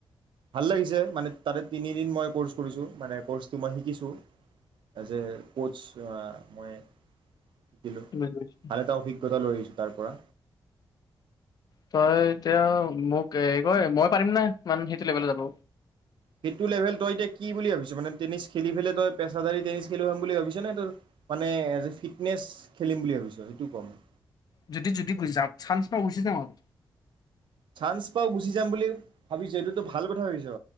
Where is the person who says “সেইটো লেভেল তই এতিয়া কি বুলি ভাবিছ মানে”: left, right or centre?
Right